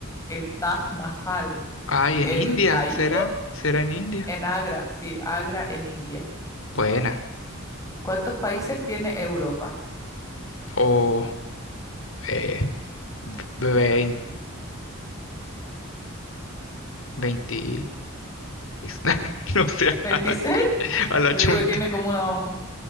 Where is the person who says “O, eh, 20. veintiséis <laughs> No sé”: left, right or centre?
Left